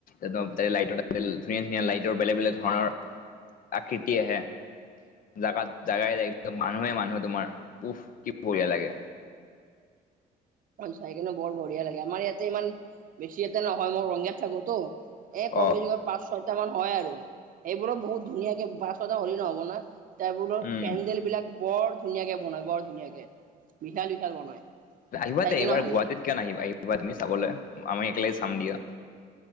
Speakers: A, on the left; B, on the right.
A: একদম তাতে লাইটৰ ধুনীয়া ধুনীয়া লাইটৰ বেলেগ বেলেগ ধৰণৰ আকৃতি আহে। জাগাত জাগাই নাই একদম মানুহে মানুহ তোমাৰ উফ, কি বঢ়িয়া লাগে।
B: চাই কিনে বৰ বঢ়িয়া লাগে। আমাৰ ইয়াতে ইমান বেছি ইয়াতে নহয় মই ৰঙিয়াত থাকোটো। এ কম
A: অ
B: বেছিকৈ পাঁচ, ছয়টা মান হয় আৰু। সেইবোৰো বহুত ধুনীয়াকে পাঁচ, ছয়টা হ'লে নহ'ব নহয়। টাইবোৰত
A: উম
B: পেণ্ডেল বিলাক বৰ ধুনীয়াকে বনাই, বৰ ধুনীয়াকে বিশাল বিশাল বনাই।
A: আহিবা
B: চাই
A: তে
B: কিনে
A: এইবাৰ
B: ভাল
A: গুৱাহাটীত
B: লাগে
A: কিয় নাহিবা আহিবা তুমি চাবলে। আমি একেলগে চাম দিয়া।